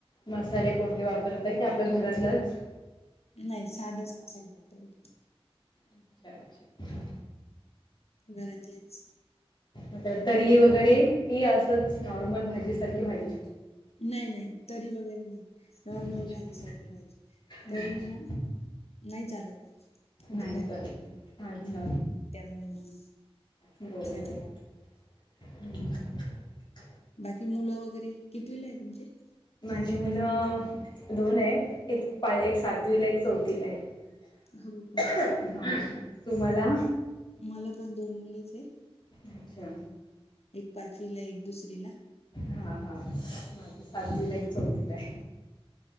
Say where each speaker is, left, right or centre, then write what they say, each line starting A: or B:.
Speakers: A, on the left; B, on the left.
A: मसाले कोणते वापरतात की आपल्या घरातलंच?
B: नाही साधच मसाला वापरतो.
A: अच्छा, अच्छा
B: घरातलीच
A: म तरी वगैरे की असंच नॉर्मल भाजीसारखी भाजी
B: नाही, नाही तरी वगैरे नाही नॉर्मल
A: अच्छा
B: भाजी सारखी भाजी
A: हम्म.
B: तरी ना नाही चालत म्हणजे
A: नाही
B: घरातलं
A: चालेल
B: पण,
A: अच्छा
B: हम्म त्यामुळे मग
A: बरोबर
B: साडी मॉल
A: <inaudible>
B: बाकी मुलं वगैरे कितवील आहे तुमचे?
A: माझी मुलं अ, दोन आहेत एक पा एक सातवीला एक चौथीला आहे.
B: हो का
A: ह. तुम्हाला?
B: मला पण दोन मुलेच आहे.
A: अच्छा
B: एक पाचवी ला एक दुसरी ला.
A: हा हा माझ सातवीलाय क चौथीलाय्